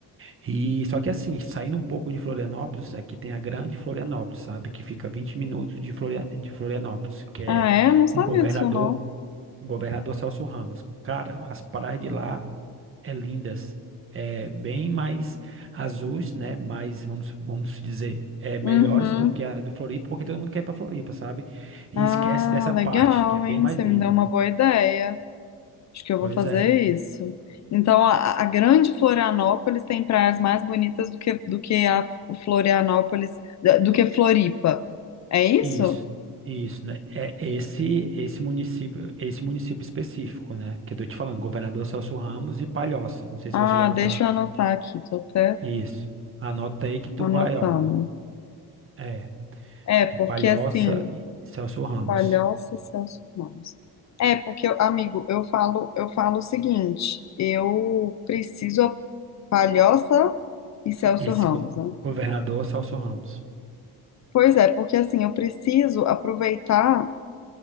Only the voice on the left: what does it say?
Ah, é? Eu não sabia
disso, não.
Uhum.
Ah,
legal,
hein?
Você
me deu uma boa ideia. Acho que eu
vou fazer
isso. Então, a, a grande Florianópolis tem praias mais bonitas do que, do que a Florianópolis, da- do que Floripa. É isso?
Ah,
deixa
eu anotar aqui, tô até
anotando.
É, porque
assim,
Palhoça e Celso Ramos. É, porque, eu- amigo, eu falo, eu falo o seguinte, eu preciso a Palhoça e Celso
Ramos,
né?
Pois é, porque assim, eu preciso aproveitar